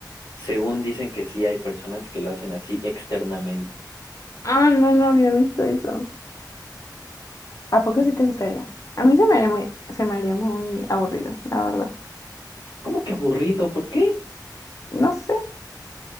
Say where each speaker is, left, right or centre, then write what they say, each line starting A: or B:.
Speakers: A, on the left (about 80°); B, on the left (about 45°).
A: según dicen que sí hay personas que lo hacen así externamente.
B: Ah, no, no había visto eso. ¿A poco sí te gustaría? A mí se me haría muy, se me haría muy aburrido, la verdad.
A: ¿Cómo que aburrido? ¿Por qué?
B: No sé.